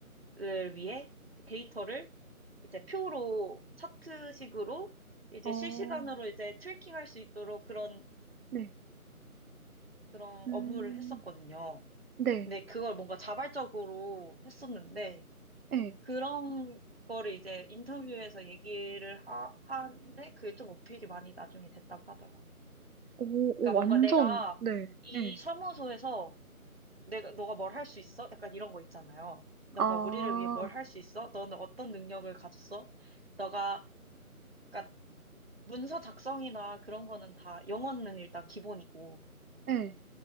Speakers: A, on the right (about 40°); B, on the right (about 75°).
A: 를 위해 데이터를 이제 표로 차트식으로 이제
B: 어.
A: 실시간으로 이제 트래킹할 수 있도록 그런
B: 네.
A: 그런
B: 음.
A: 업무를 했었거든요.
B: 네.
A: 근데 그걸 뭔가 자발적으로 했었는데
B: 예.
A: 그런 거를 이제 인터뷰에서 얘기를 하, 하는데 그게 좀 어필이 많이 나중에 됐다고 하더라고요.
B: 오, 오
A: 그러니까
B: 완전
A: 뭔가 내가
B: 네.
A: 이
B: 예.
A: 사무소에서 내가 너가 뭘 할 수 있어? 약간 이런 거 있잖아요. 너가
B: 아.
A: 우리를 위해 뭘 할 수 있어? 너는 어떤 능력을 가졌어? 너가 그러니까 문서 작성이나 그런 거는 다 영어는 일단 기본이고
B: 예.